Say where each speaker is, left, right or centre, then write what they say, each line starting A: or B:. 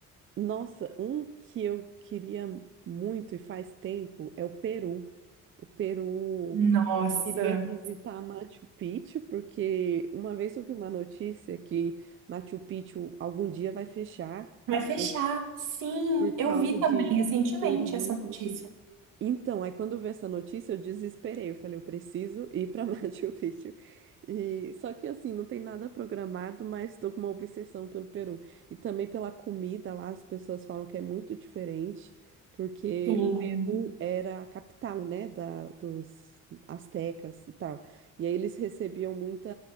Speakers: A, on the right (about 40°); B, on the right (about 80°).
A: nossa, um que eu queria muito e faz tempo é o Peru. O Peru
B: Nossa.
A: queria visitar Machu Picchu, porque uma vez eu vi uma notícia que Machu Picchu algum dia vai fechar
B: Vai fechar.
A: por
B: Sim,
A: por causa
B: eu vi também
A: de
B: recentemente
A: turismo.
B: essa notícia.
A: Então, aí quando eu vi essa notícia, eu desesperei. Eu falei, eu preciso ir para <laughs> Machu Picchu. E só que assim, não tem nada programado, mas estou com uma obsessão pelo Peru. E também pela comida lá, as pessoas falam que é muito diferente, porque
B: Tem
A: o Peru era a capital, né, da, dos astecas e tal. E aí eles recebiam muita